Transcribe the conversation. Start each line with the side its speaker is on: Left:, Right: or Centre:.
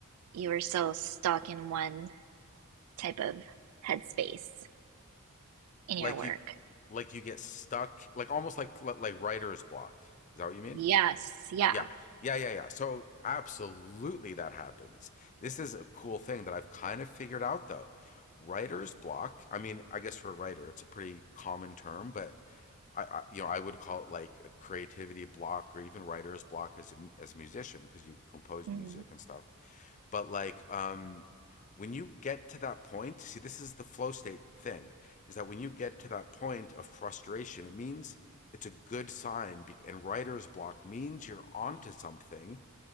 Right: you were so stuck in one type of headspace in
Left: Like
Right: your work.
Left: you, like you get stuck, like almost like like like writer's block. Is that what you mean?
Right: Yes, yeah.
Left: Yeah. Yeah, yeah, yeah. So absolutely that happens. This is a cool thing that I've kind of figured out though. Writer's block. I mean, I guess for a writer, it's a pretty common term, but I, I you know, I would call it like a creativity block or even writer's block as a, m- as a musician because you compose
Right: hmm
Left: music and stuff. But like um when you get to that point, see this is the flow state thing, is that when you get to that point of frustration, it means it's a good sign. And writer's block means you're onto something,